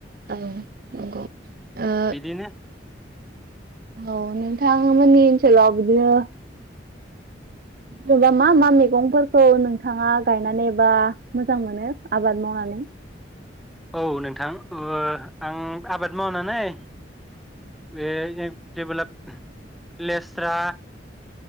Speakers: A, on the right; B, in the centre.
A: औ नंगौ ओ
B: बिदिनो
A: औ नोंथांमोननि ओनसोलाव बिदिनो जेनेबा मा मा मैगंफोरखौ नोंथाङा गायनानै बा मोजां मोनो आबाद मावनानै
B: औ नोंथां ओ आं आबाद मावनानै बे जेबोला लेस्रा